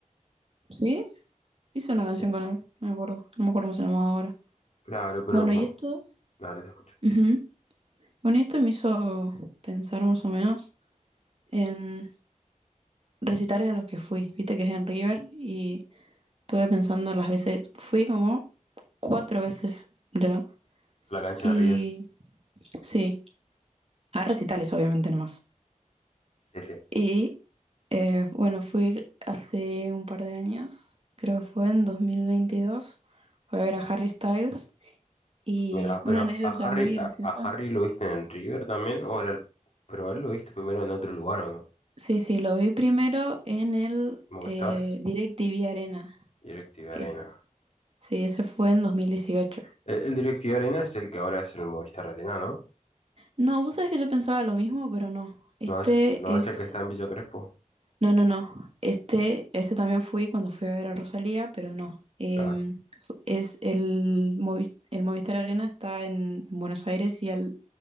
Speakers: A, on the right; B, on the left.
A: sí. hizo
B: Y
A: una
B: sí,
A: canción con él, no me acuerdo. No me acuerdo cómo se llamaba ahora.
B: claro, pero
A: Bueno,
B: bueno,
A: y esto.
B: dale, te escucho.
A: ujú. Bueno, y esto me hizo pensar más o menos en recitales a los que fui. Viste que es en River y estuve pensando las veces. Fui como cuatro veces ya.
B: La cancha
A: Y
B: de River.
A: sí, a recitales, obviamente, nomás.
B: Sí, sí.
A: Y eh, bueno, fui hace un par de años, creo que fue en 2022. Fui a ver a Harry Styles. Y
B: Mira,
A: una
B: pero a,
A: anécdota
B: a Harry,
A: muy graciosa
B: a, a Harry lo viste en River también, o era el, pero a él lo viste primero en otro lugar, ¿o no?
A: Sí, sí, lo vi primero en el
B: Movistar,
A: eh, DirecTV Arena,
B: Directv
A: que
B: Arena.
A: sí, ese fue en 2018.
B: El, el Directiva Arena es el que ahora es el Movistar Arena, ¿no?
A: No, vos sabés que yo pensaba lo mismo, pero no. Este
B: No es, no es
A: es...
B: el que está en Villa Crespo,
A: No, no, no. Este, ese también fui cuando fui a ver a Rosalía, pero no. Em,
B: claro.
A: fu- es el, Movi- el Movistar Arena está en, en Buenos Aires y el